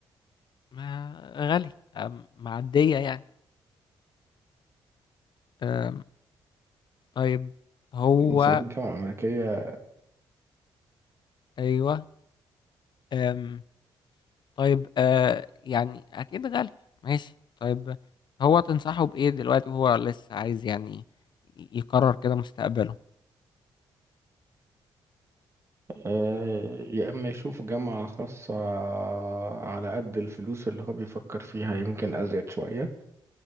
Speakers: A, on the left; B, on the right.
A: ما غالية آم، معدية يعني آم، طيب هو
B: مصاريف الجامعة الأمريكية
A: ايوه آم، طيب آه، يعني اكيد غالية ماشي طيب هو تنصحه بايه دلوقتي وهو لسه عايز يعني يقرر كده مستقبله
B: آه، يا إما يشوف جامعة خاصة على قد الفلوس اللي هو بيفكر فيها يمكن أزيد شوية